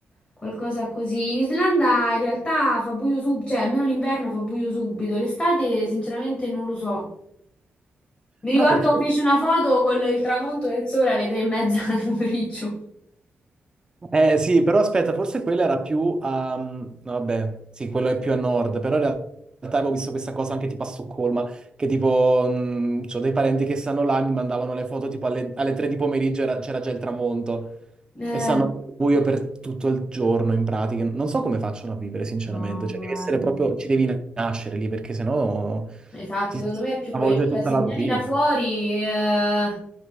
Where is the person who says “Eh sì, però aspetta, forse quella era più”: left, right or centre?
Right